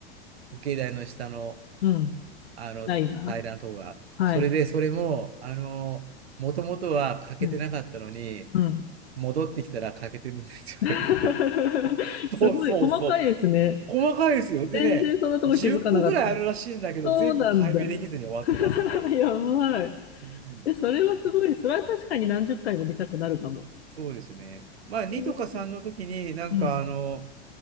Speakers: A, on the right; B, on the left.
A: 時計台の下の
B: うん。
A: あの、
B: ないが
A: 平らなとが。
B: はい。
A: それで、それも、あの、もともとは欠けてなかったのに、
B: はい。うん。
A: 戻ってきたら欠けてるんですよ、
B: <laughs>
A: <laughs> やっぱり。そうそうそう。
B: すごい細かいですね。
A: 細かいですよ。でね、
B: 全然そんなとこ気づかなかった。
A: 10個ぐらいあるらしいんだけど、
B: そうなんだ。
A: 全部解明できずに終わってます。
B: <laughs>
A: はい。
B: やばい。
A: うん。
B: え、それはすごい。
A: そう、
B: それは確かに何十回も見たくなるかも。
A: そうですね。まあ、2とか3の時に、
B: えー
A: なんかあの、
B: うん。